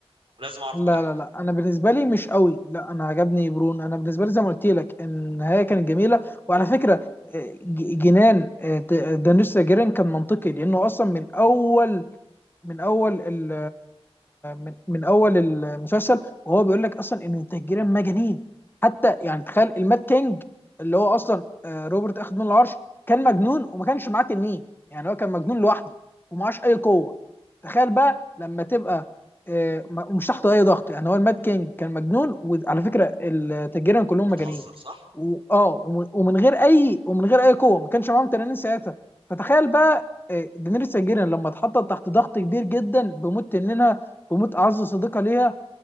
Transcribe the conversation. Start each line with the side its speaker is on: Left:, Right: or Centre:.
Right: ولازم اعرف
Left: لا
Right: كل حاجه
Left: لا
Right: فيه
Left: لا انا بالنسبه لي مش قوي لا انا عجبني برون انا بالنسبه لي زي ما قلت لك النهايه كانت جميله وعلى فكره آه، ج- جنان آه، د- دانيس جيرين كان منطقي لانه اصلا من اول من اول ال من, من اول المسلسل وهو بيقول لك اصلا ان التهجيرة مجانين حتى يعني تخيل المات كينج اللي هو اصلا آه، روبرت اخذ منه العرش كان مجنون وما كانش معاه تنين يعني هو كان مجنون لوحده ومعاش اي قوه تخيل بقى لما تبقى آه، م- ومش تحت اي ضغط يعني هو المات كينج كان مجنون وعلى فكره التهجيرة كلهم
Right: بتهزر
Left: مجانين
Right: صح
Left: و- اه ومن ومن غير اي ومن غير اي قوه ما كانش معاهم تنانين ساعتها فتخيل بقى دينيريس تارجيريان لما اتحطت تحت ضغط كبير جدا بموت تنينها بموت اعز صديقه ليها